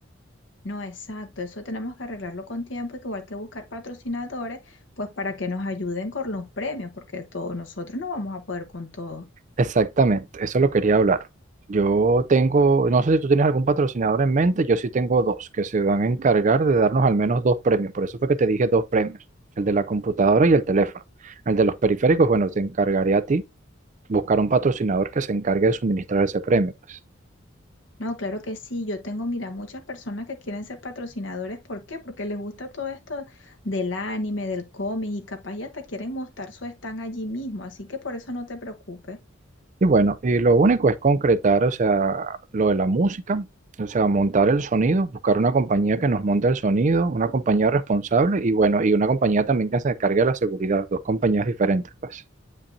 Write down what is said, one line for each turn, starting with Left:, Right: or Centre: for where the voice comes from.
Left: No, exacto, eso tenemos que arreglarlo con tiempo, y que igual que buscar patrocinadores, pues para que nos ayuden con los premios, porque todos nosotros no vamos a poder con todo.
Right: Exactamente, eso lo quería hablar. Yo tengo, no sé si tú tienes algún patrocinador en mente, yo sí tengo dos que se van a encargar de darnos al menos dos premios, por eso fue que te dije dos premios, el de la computadora y el teléfono. El de los periféricos, bueno, te encargaré a ti buscar un patrocinador que se encargue de suministrar ese premio, pues.
Left: No, claro que sí. Yo tengo, mira, muchas personas que quieren ser patrocinadores. ¿Por qué? Porque les gusta todo esto del anime, del cómic y capaz y hasta quieren mostrar su stand allí mismo. Así que por eso no te preocupes.
Right: Y bueno, y lo único es concretar, o sea, lo de la música, o sea, montar el sonido, buscar una compañía que nos monte el sonido, una compañía responsable y bueno, y una compañía también que se encargue de la seguridad, dos compañías diferentes, pues.